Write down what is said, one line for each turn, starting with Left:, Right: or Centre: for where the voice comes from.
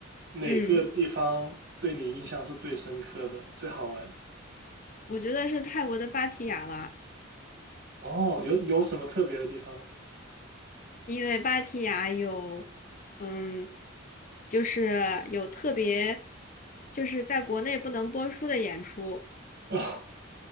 Right: 哪个地方对你印象是最深刻的、
Left: 嗯，
Right: 最好玩的？
Left: 我觉得是泰国的芭提雅啦，
Right: 哦，有有什么特别的地方吗？
Left: 因为芭提雅有，嗯，就是有特别，就是在国内不能播出的演出，
Right: <laughs> 哦